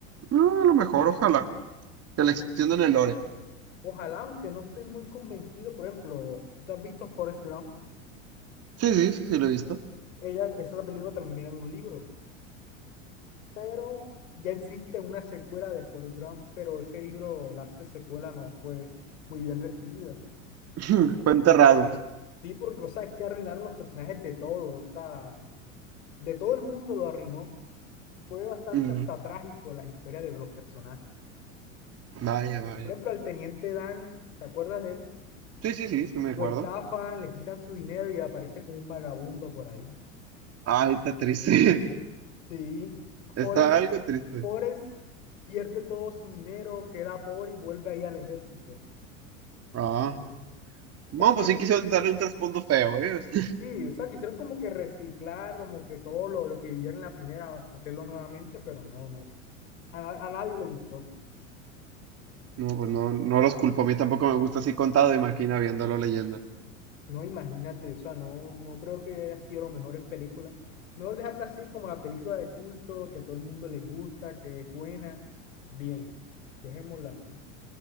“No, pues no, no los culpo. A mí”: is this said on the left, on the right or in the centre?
Right